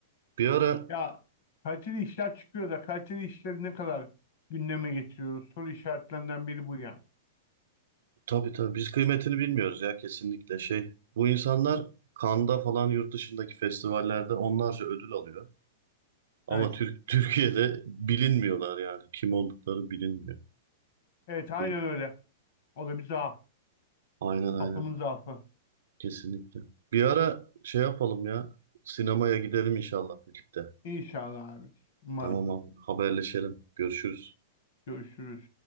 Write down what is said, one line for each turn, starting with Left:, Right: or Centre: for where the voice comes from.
Right: Bir ara
Left: Ya kaliteli işler çıkıyor da kaliteli işleri ne kadar gündeme getiriyoruz? Soru işaretlerinden biri bu yani.
Right: tabii tabii biz kıymetini bilmiyoruz ya kesinlikle şey. Bu insanlar Cannes'da falan yurt dışındaki festivallerde onlarca ödül alıyor. Ama
Left: Evet.
Right: Türk, Türkiye'de bilinmiyorlar yani. Kim oldukları bilinmiyor.
Left: Evet aynen
Right: E,
Left: öyle. O da bir zaaf.
Right: Aynen aynen.
Left: Toplumun zaafı.
Right: Kesinlikle. Bir ara şey yapalım ya. Sinemaya gidelim inşallah birlikte.
Left: İnşallah abi. Umarım.
Right: Tamam abi. Haberleşelim. Görüşürüz.
Left: Görüşürüz.